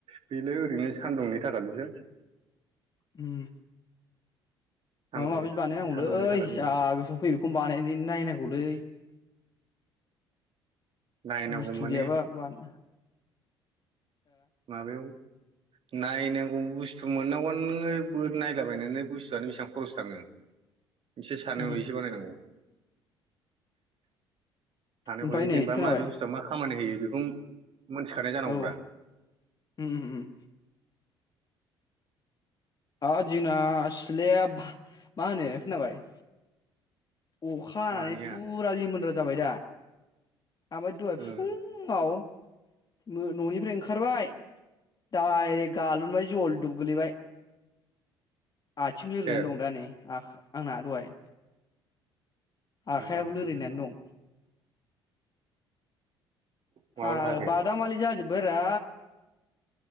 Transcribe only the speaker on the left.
उम
माबा माबि बानायनांगौलै
जा गोसो फैयो बेखौनो बानायदि नायनांगौलै
बुस्थु
गैयाबा बानिया
उम
ओमफ्राय
नै
खोनाबाय
औ उम उम उम आ जोंना सिलया बा मा होनो खोनाबाय? अखा हानानै
फुरा लिमोन जाबाय दा? ओमफाय दहाय
फुङाव मो न'निफ्राय ओंखारबाय डायरेक्ट गालुनबाय जलदुब गोलैबाय। आथिं लोरिनानै
दं दा नै आखा आंना दहाय आखाइयाबो
लोरिनानै दं।
हा
बादामलि जाजोब बोरा